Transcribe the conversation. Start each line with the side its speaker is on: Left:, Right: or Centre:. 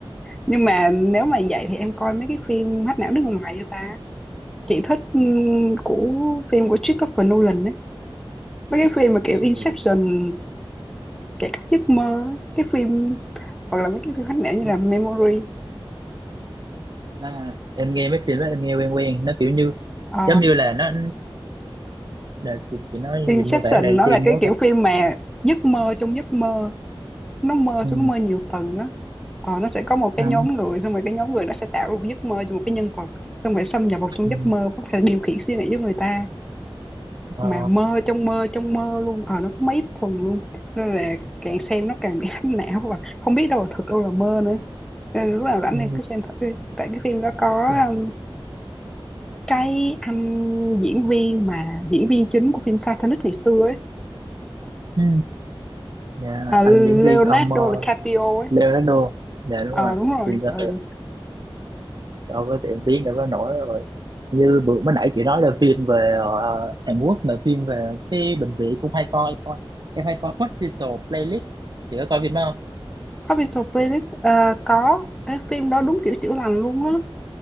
Centre: nhưng mà nếu mà vậy thì em coi mấy cái phim hack não nước ngoài cho ta chị thích ừm, của phim của Christopher Nolan ấy mấy cái phim mà kiểu
Right: em
Centre: Inception
Right: thì
Centre: kẻ cắp giấc mơ ấy. cái phim hoặc là mấy cái phim hack não như
Right: ừ.
Centre: là Memory
Right: à, em nghe mấy phim đó em nghe quen quen nó kiểu như
Centre: Ờ,
Right: giống như là nó là chị, chị nói
Centre: Inception
Right: gì mô tả lại
Centre: nó
Right: cho
Centre: là
Right: em
Centre: cái
Right: nhớ
Centre: kiểu
Right: coi
Centre: phim mà giấc mơ trong giấc mơ nó mơ
Right: ừ.
Centre: xuống nó mơ nhiều tầng á Ờ, nó sẽ có một cái
Right: À,
Centre: nhóm người xong rồi cái nhóm người nó sẽ tạo ra một giấc mơ cho một cái nhân vật xong rồi xâm nhập vào trong
Right: ừ.
Centre: giấc mơ có thể điều khiển suy nghĩ của người ta
Right: Ờ,
Centre: mà mơ trong mơ trong mơ luôn Ờ, nó có mấy phần luôn nên là càng xem nó càng bị <laughs> hách não và không biết đâu là thật đâu là mơ nữa nên lúc nào rảnh
Right: ừ.
Centre: này cứ xem thử đi tại cái phim đó có
Right: Dạ.
Centre: um, cái anh diễn viên mà diễn viên chính của phim Titanic ngày xưa ấy
Right: Ừ. Dạ,
Centre: à, Leonardo
Right: anh diễn viên ông ờ,
Centre: DiCaprio ấy
Right: Leonardo dạ đúng
Centre: ờ
Right: rồi
Centre: đúng rồi
Right: thì có
Centre: ừ.
Right: đâu có tiệm biết đâu có nổi rồi như bữa mới nãy chị nói là phim về ờ, Hàn Quốc là phim về cái bệnh viện cũng hay coi coi em hay coi Hospital Playlist chị có coi phim đó không
Centre: Official Playlist Ờ, có cái phim đó đúng kiểu chữa lành luôn á